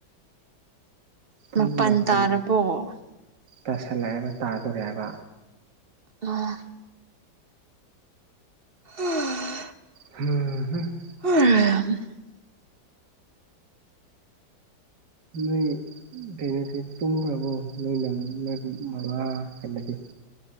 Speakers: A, on the right; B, on the right.
A: ꯄꯨꯡ
B: ꯃꯥꯄꯜ
A: ꯃꯥꯄꯟ
B: ꯇꯥꯔꯕꯣ
A: ꯇꯥꯁꯜꯂꯛꯑꯦꯕ ꯇꯥꯗꯣꯔꯦꯕ
B: <unintelligible> <unintelligible>
A: <unintelligible>
B: <unintelligible>
A: ꯅꯣꯏ ꯀꯩꯅꯣꯗꯤ ꯇꯨꯝꯒ꯭ꯔꯕꯣ ꯅꯣꯏ ꯅꯝ ꯅꯣꯏ ꯃꯃꯥ ꯀꯩꯅꯣꯗꯤ